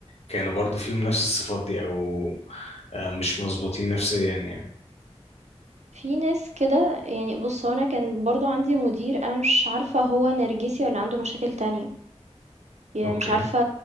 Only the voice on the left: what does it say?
كانوا برضو فيهم نفس الصفات دي او آه، مش مظبوطين نفسيا يعني
اوكي